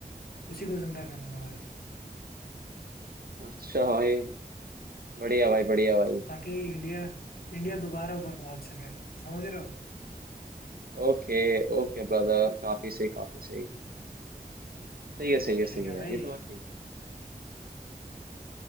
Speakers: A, on the left (about 75°); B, on the right (about 75°).
A: उसी को जिंदा करूंगा भाई
B: अच्छा भाई बढ़िया भाई बढ़िया भाई
A: ताकि इंडिया इंडिया दोबारा ऊपर पहुंच सके समझ रहे हो
B: ओके ओके ब्रदर काफी सही काफी सही सही है सही है
A: ठीक
B: सही
A: है
B: है
A: भाई
B: ये तो बात ठीक है